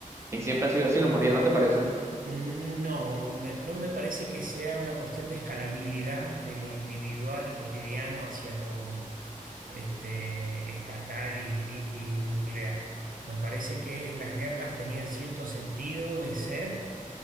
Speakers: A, on the right; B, on the right.
A: y siempre ha sido así en la humanidad, ¿no te parece?
B: No, me- no me parece que sea una cuestión de escalabilidad de lo individual y cotidiano hacia lo este, estatal y, y- y nuclear. Me parece que las guerras tenían cierto sentido de ser.